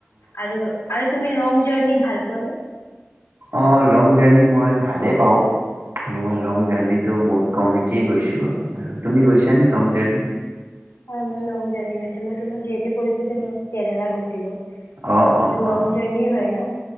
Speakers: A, on the left; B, on the right.
A: আৰু আৰু তুমি লং জাৰ্নি ভাল পোৱানে?
B: অ', লং জাৰ্নি মই ভালেই পাওঁ। এনেকুৱা
A: আচ্ছা
B: লং জাৰ্নিটো বহুত কমেই তেই গৈছোঁ, আৰু তুমি গৈছানে
A: আচ্ছা,
B: লং জাৰ্ণি?
A: হয় মই লং জাৰ্নি গৈ ছো, মই তোমাক যিহেতু কৈছোঁ, যে মই কেৰেলা গৈছিলো। তে,
B: অ',
A: তাতেটো
B: অ',
A: লং
B: অ',
A: জাৰ্নিয়ে হয় ন।